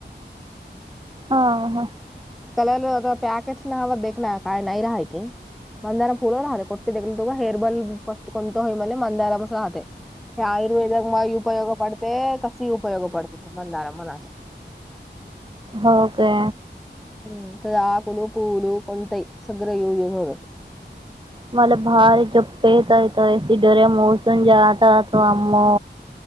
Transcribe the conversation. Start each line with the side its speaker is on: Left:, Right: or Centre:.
Right: हा ह
Centre: कलर पॅकेट्स न हव दे ना काय नाही राहाय काी मंदारम फुल राहते कोटे तु हेर बल फस्ट कोण होई म मंदाराम अस राहते हे आयुर्वेदक म उपयोग पडते कस उपयोग पडते मंदारा मनाच्या
Right: हो काे
Centre: हम्म त आकल पूवल कोंतई सगर यू हर
Right: मला भारी झोप येतयत डोर्या मोसून जााततो अमो